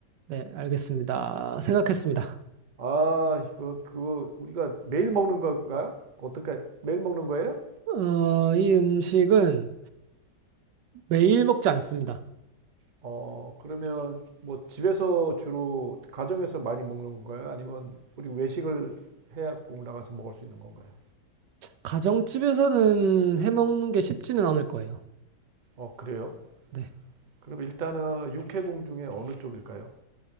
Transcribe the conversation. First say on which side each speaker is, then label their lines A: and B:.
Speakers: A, on the right; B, on the right.
A: 네, 알겠습니다. 생각했습니다.
B: 아, 이거, 그거, 우리가 매일 먹는 건가요? 어떻게, 매일 먹는 거예요?
A: 어, 이 음식은 매일 먹지 않습니다.
B: 어, 그러면 뭐 집에서 주로, 가정에서 많이 먹는 건가요? 아니면 우리 외식을 해야 꼭 나가서 먹을 수 있는 건가요?
A: 가정집에서는 해먹는 게 쉽지는 않을 거예요.
B: 어, 그래요?
A: 네.
B: 그럼 일단은 육해공 중에 어느 쪽일까요?